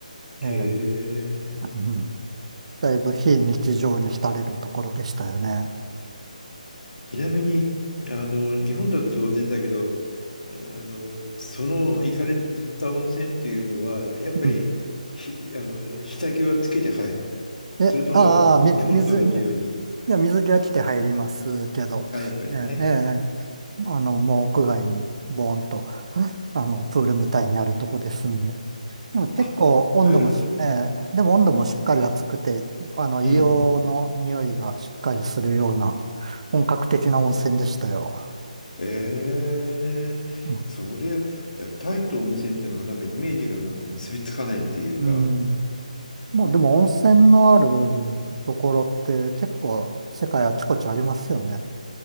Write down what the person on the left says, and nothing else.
へえ。
ちなみに、あの、日本だと当然だけど、あの、その行かれ、行った温泉っていうのは、やっぱり、
ひ、あの、下着はつけて入る。
それとも、
日本と同じように、
あ、やっぱりね。
あ、プール。
うん。
ええ。
それ、いや、タイと温泉っていうのがなんかイメージがなんか結びつかないっていうか、